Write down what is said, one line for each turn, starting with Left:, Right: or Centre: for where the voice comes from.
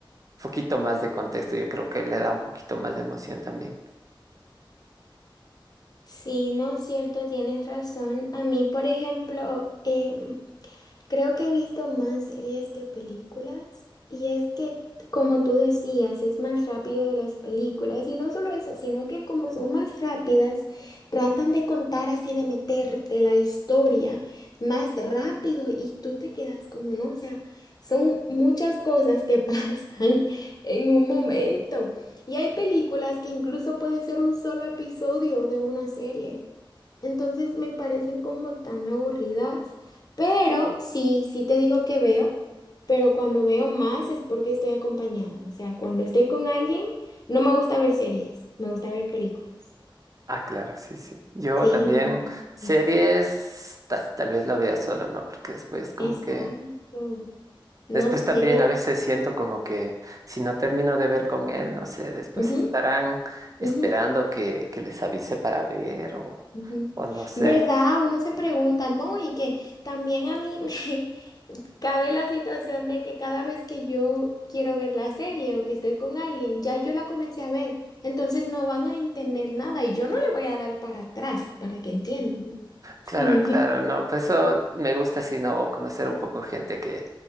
Right: poquito más de contexto, yo creo que le da un poquito más de emoción también.
Left: Sí, no es cierto, tienes razón. A mí, por ejemplo, eh, Creo que he visto más series que películas y es que, como tú decías, es más rápido de las películas y no solo eso, sino que como son más rápidas, tratan de contar así, de meterte la historia más rápido y tú te quedas como no, o sea, son muchas cosas que <laughs> pasan en un momento y hay películas que incluso pueden ser un solo episodio de una serie, entonces me parecen como tan aburridas. Pero sí, sí te digo que veo, pero cuando veo más es porque estoy acompañada. O sea, cuando estoy con alguien, no me gusta ver series, me gusta ver películas.
Right: Ah, claro, sí, sí. Yo
Left: Sí,
Right: también
Left: Mm.
Right: series
Left: sí,
Right: ta- tal, vez la veo solo, ¿no? Porque después como
Left: exacto.
Right: que,
Left: No
Right: después
Left: sé.
Right: también a veces siento como que si no termino de ver con él, no sé, después
Left: Ujú,
Right: estarán esperando
Left: ujú.
Right: que, que les avise para ver o,
Left: Ujú.
Right: o no sé.
Left: ¿Verdad? Uno se pregunta, ¿no? Y que también a mí me <laughs> cabe la situación de que cada vez que yo quiero ver la serie o que estoy con alguien, ya yo la comencé a ver, entonces no van a entender nada y yo no le voy a dar para atrás para que entiendan. Sí.
Right: Claro, claro,
Left: <laughs>
Right: no, pues eso me gusta así, ¿no? Conocer un poco gente que,